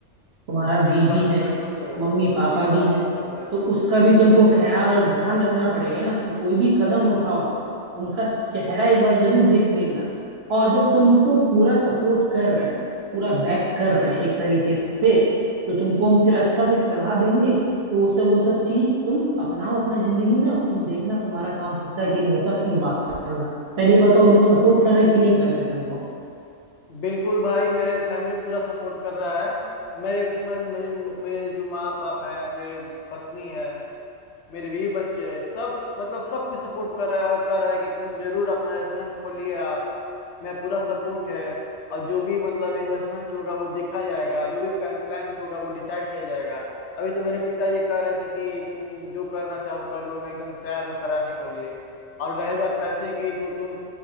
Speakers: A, on the right (about 60°); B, on the left (about 75°).
A: तुम्हारा
B: ये
A: बीवी
B: तो बात तुम
A: है
B: बिल्कुल सही-
A: मम्मी
B: हाँ
A: पापा
B: ये तो
A: भी
B: बात
A: है
B: तुम सही कहे हो।
A: तो उसका
B: बिल्कुल
A: भी तुमको
B: सही कहे
A: ख्याल
B: भाई
A: और ध्यान रखना पड़ेगा ना तो कोई भी कदम उठाओ उनका चेहरा एक बार जरूर देख लेना और जब तुमको पूरा सपोर्ट कर रहे हैं पूरा बैक कर रहे हैं एक तरीके से तो तुमको हम फिर अच्छा से एक सलाह देंगे तो वो सब वो सब चीज तुम अपनाओ अपना जिंदगी में और तुम देखना तुम्हारा काम होता है कि नहीं होता फिर बात करना पहले ये बताओ वो लोग सपोर्ट कर रहे कि नहीं कर रहे तुमको
B: बिल्कुल भाई मेरे फैमिली पूरा सपोर्ट कर रहा है मेरे मेरे मेरे मेरे जो माँ बाप है मेरे पत्नी है मेरे बीवी बच्चे हैं, सब मतलब सब कुछ सपोर्ट कर रहा है और कह रहा है कि तुम जरूर अपना रेस्टोरेंट खोलिए आप मैं पूरा सपोर्ट है और जो भी मतलब इन्वेस्टमेंट्स होगा वो देखा जाएगा जो भी प्लान्स होगा वो डिसाइड किया जाएगा अभी तो मेरे पिताजी कह रहे थे कि तुम जो करना चाहो कर लो मैं एकदम तैयार हूँ कराने को लिए और रही बात पैसे की तो तुम